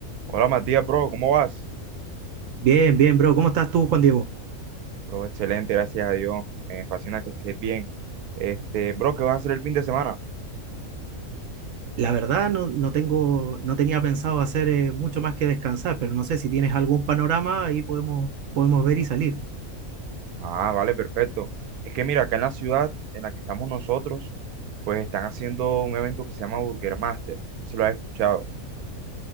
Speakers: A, on the right; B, on the right.
A: Hola Matías, bro, ¿cómo vas?
B: Bien, bien, bro. ¿Cómo estás tú, Juan Diego?
A: Bro, excelente, gracias a Dios. Me fascina que estés bien. Este, bro, ¿qué vas a hacer el fin de semana?
B: La verdad, no, no tengo, no tenía pensado hacer eh, mucho más que descansar, pero no sé si tienes algún panorama, ahí podemos, podemos ver y salir.
A: Ah, vale, perfecto. Es que mira, acá en la ciudad en la que estamos nosotros, pues están haciendo un evento que se llama Burger Master. No sé si lo has escuchado.